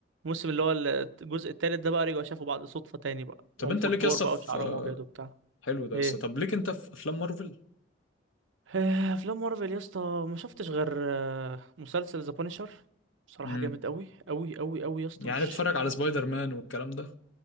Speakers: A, on the right (about 75°); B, on the left (about 80°).
A: الموسم اللي هو الجزء التالت ده بقى رجعوا شافوا بعض صدفة تاني بقى
B: طب
A: وهم
B: انت ليك
A: كبار
B: يا اسطى
A: بقى
B: في
A: وشعرهم
B: آه،
A: ابيض وبتاع
B: حلو ده يا
A: ايه
B: اسطى طب ليك انت في افلام مارفل؟
A: آه، افلام مارفل يا اسطى ما شفتش غير آه، مسلسل ذا بانشر صراحه
B: مم.
A: جامد قوي قوي قوي قوي يا اسطى
B: يعني
A: مش
B: بتفرج على سبايدر مان والكلام ده